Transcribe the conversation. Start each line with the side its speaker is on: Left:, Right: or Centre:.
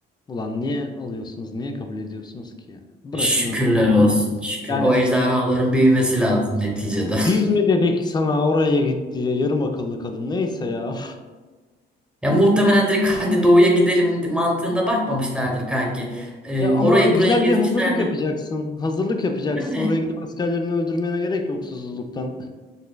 Left: Ulan niye alıyorsunuz? Niye kabul ediyorsunuz ki ya? Bırakın
Centre: Şükürler
Left: ölsün.
Centre: olsun. Şükür.
Left: Yani
Centre: O ejderhaların büyümesi lazım neticede.
Left: biz
Centre: <laughs>
Left: mi dedik sana oraya git diye yarım akıllı kadın neyse ya.
Centre: Ya muhtemelen direkt hadi doğuya gidelim mantığında bakmamışlardır kanki.
Left: <laughs>
Centre: Ee,
Left: E ama
Centre: orayı
Left: güzel
Centre: burayı gezmişlerdir
Left: bir hazırlık yapacaksın. Hazırlık yapacaksın.
Centre: değil mi?
Left: Oraya gidip askerlerini öldürmene gerek yok susuzluktan.